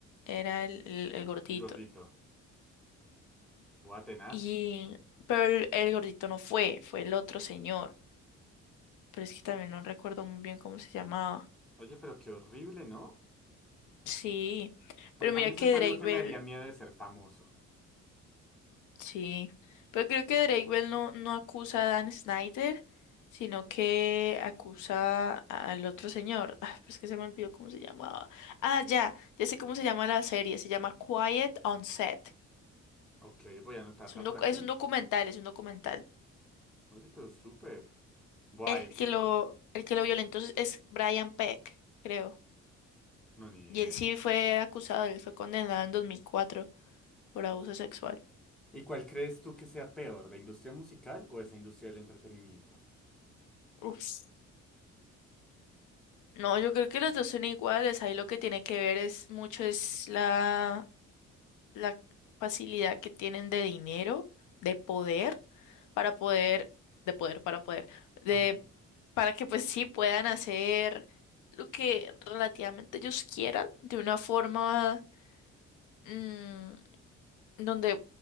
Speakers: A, on the left; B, in the centre.
A: era el, el- el gordito.
B: El gordito. Buah, tenaz.
A: Y, pero el, el gordito no fue, fue el otro señor. Pero es que también no recuerdo muy bien cómo se llamaba.
B: Oye, pero qué horrible, ¿no?
A: Sí, pero
B: A,
A: mira
B: a mí eso
A: que
B: es algo
A: Drake
B: que
A: Bell
B: me daría miedo de ser famoso.
A: Sí, pero creo que Drake Bell no, no acusa a Dan Snyder, sino que acusa al otro señor. <laughs> Ah, pero es que se me olvidó cómo se llamaba. Ah, ya, ya sé cómo se llama la serie, se llama Quiet on Set.
B: Ok, voy a anotarla
A: Es un doc-
B: por aquí.
A: es un documental, es un documental.
B: Oye, pero súper. Guay,
A: El que lo, el que lo violentó es es Brian Peck, creo.
B: no, ni
A: Y
B: idea.
A: él sí fue acusado, él fue condenado en 2004 por abuso sexual.
B: ¿Y cuál crees tú que sea peor, la industria musical o esa industria del entretenimiento?
A: Uf. No, yo creo que los dos son iguales. Ahí lo que tiene que ver es mucho es la la facilidad que tienen de dinero, de poder, para poder, de poder, para poder, de,
B: <laughs>
A: para que pues sí puedan hacer lo que relativamente ellos quieran, de una forma mm, donde